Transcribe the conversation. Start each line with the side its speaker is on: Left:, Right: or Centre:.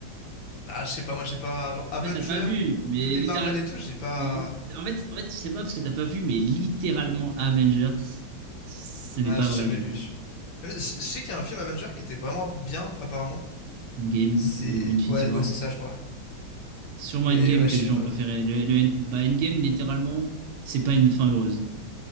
Left: ah, je sais pas, moi, j'ai pas, genre, Avenger,
Right: En fait, t'as pas vu. Mais
Left: tous les
Right: littéral...
Left: Marvel et tout, j'ai pas,
Right: Mais li- en fait, en fait, je sais pas parce que t'as pas vu, mais littéralement Avengers, ce n'est
Left: ah,
Right: pas
Left: j'ai
Right: vrai
Left: jamais
Right: du
Left: vu.
Right: coup.
Left: Même- je je sais qu'il y a un film Avenger qui était vraiment bien, apparemment.
Right: Endgame
Left: C'est,
Right: et ou Infinity
Left: ouais,
Right: War.
Left: ouais, c'est ça, je crois, ouais.
Right: Sûrement
Left: Mais,
Right: Endgame
Left: ouais,
Right: que
Left: je sais
Right: les gens
Left: pas.
Right: ont préféré. Le, le- bah, Endgame, littéralement, c'est pas une fin heureuse.